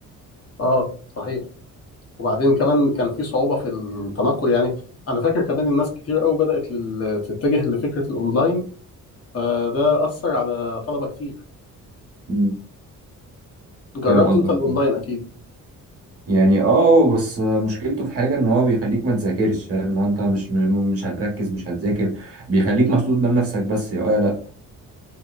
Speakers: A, on the left (about 45°); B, on the right (about 45°).
A: اه صحيح وبعدين كمان كان في صعوبة في التنقل يعني انا فاكر كمان الناس كتير قوي بدأت لل- تتجه لفكرة الاونلاين فده أثر على طلبة كتير
B: مم.
A: جربت
B: فاهم قصدك
A: انت الاونلاين اكيد
B: يعني اه بس مشكلته في حاجه ان هو بيخليك ما تذاكرش فاهم ان هو انت مش م- مش هتركز مش هتذاكر بيخليك محطوط قدام نفسك بس يا ولا لا